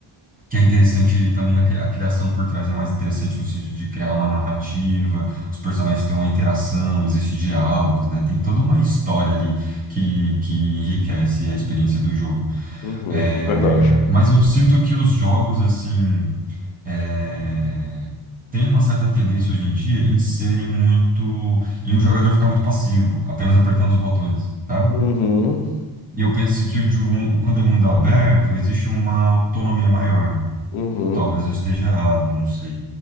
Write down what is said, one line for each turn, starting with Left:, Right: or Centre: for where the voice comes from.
Right: que é interessante também, a cri- a criação por trás é mais interessante no sentido de criar uma narrativa, os personagens têm uma interação, existem diálogos, né? Tem toda uma história ali que, que enriquece a experiência do jogo.
Left: Uhum,
Right: É,
Left: verdade.
Right: mas eu sinto que os jogos, assim, é, têm uma certa tendência hoje em dia em serem muito, em um jogador ficar muito passivo, apenas apertando os botões, sabe?
Left: Uhum,
Right: E eu penso que o, de mu- quando é mundo aberto, existe uma autonomia maior.
Left: uhum.
Right: Talvez eu esteja errado, não sei.